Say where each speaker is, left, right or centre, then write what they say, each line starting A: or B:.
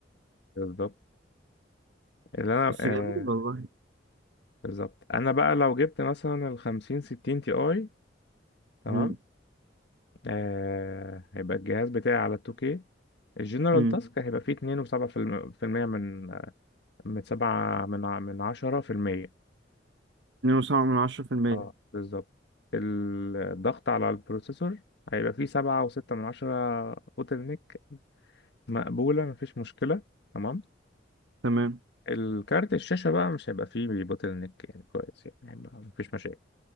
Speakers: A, on the left (about 65°); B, on the right (about 75°).
A: بالظبط اللي أنا
B: بس
A: آه،
B: جميل والله
A: بالظبط أنا بقى لو جبت مثلا ال 50 60 تي أي تمام
B: مم.
A: آه، هيبقى الجهاز بتاعي على ال 2K الجنرال
B: مم.
A: تاسك هيبقى فيه 2.7% من من 7 من ع- من 10%
B: 2.7 من 10%
A: اه بالظبط الضغط على البروسيسور هيبقى فيه سبعة وستة من عشرة بوتل نيك مقبولة مفيش مشكلة تمام
B: تمام
A: الكارت الشاشة بقى مش هيبقى فيه بوتل نيك يعني كويس يعني هيبقى مفيش مشاكل